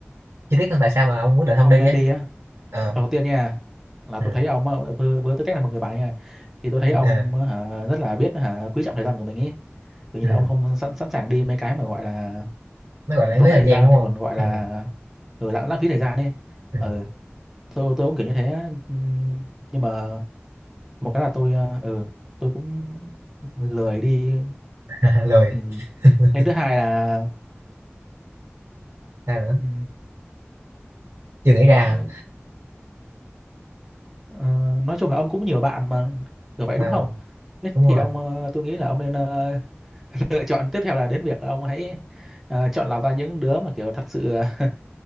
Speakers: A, on the right; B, in the centre.
A: chi tiết hơn tại sao mà ông quyết định không
B: không
A: đi
B: nên
A: ấy
B: đi á
A: ờ
B: đầu tiên nha là
A: ừ
B: tôi thấy ông á, với, với tư cách là một người bạn nha thì tôi thấy
A: ok
B: ông á, hả, rất là biết hả, quý trọng thời gian của mình ý tự nhiên
A: ừ
B: là ông không sẵn sẵn sàng đi mấy cái mà gọi là
A: nó gọi
B: ừ,
A: là lãng
B: tốn
A: phí
B: thời
A: thời
B: gian
A: gian đúng
B: hay
A: không
B: còn gọi
A: ừ,
B: là ừ, lãng lãng phí thời gian ấy
A: ừ.
B: ừ, tôi tôi cũng kiểu như thế á. Ừ, nhưng mà một cái là tôi ờ, ừ, tôi cũng lười đi
A: <laughs> lười
B: ừ.
A: <laughs>
B: cái thứ hai là
A: ra nữa
B: ừ,
A: chưa nghĩ ra
B: ờ,
A: hả
B: ờ, nói chung là ông cũng nhiều bạn mà kiểu vậy
A: à,
B: đúng không thế
A: đúng
B: thì
A: rồi
B: ông ờ, tôi nghĩ là ông nên ờ, <laughs> lựa chọn tiếp theo là đến việc là ông hãy ờ, chọn lọc ra những đứa mà kiểu thật sự ờ,